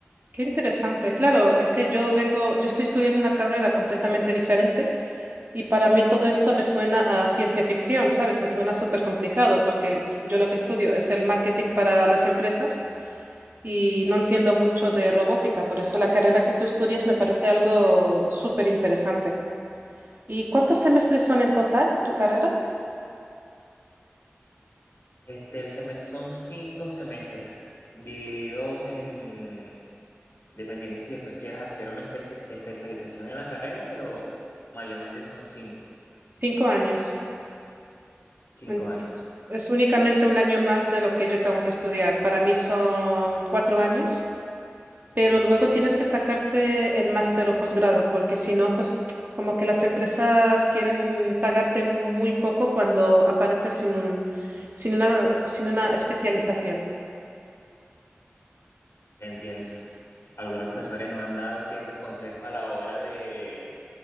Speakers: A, on the right; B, on the left.
A: qué interesante. Claro, es que yo vengo, yo estoy estudiando una carrera completamente diferente y para mí todo esto me suena a ciencia ficción, ¿sabes? Me suena súper complicado porque yo lo que estudio es el marketing para las empresas y no entiendo mucho de robótica, por eso la carrera que tú estudias me parece algo súper interesante. ¿Y cuántos semestres son en total tu carrera?
B: Este, el seme- son cinco semestres divididos en dependiendo si después quieras hacer una especi- especialización en la carrera, pero mayormente son cinco,
A: Cinco años.
B: cinco
A: Entonces,
B: años,
A: es únicamente un año más de lo que yo tengo que estudiar. Para mí son cuatro años, pero luego tienes que sacarte el máster o posgrado, porque si no, pues como que las empresas quieren pagarte muy poco cuando apareces sin un, sin una, sin una especialización.
B: te entiendo. Algunos profesores nos han dado ciertos consejos a la hora de,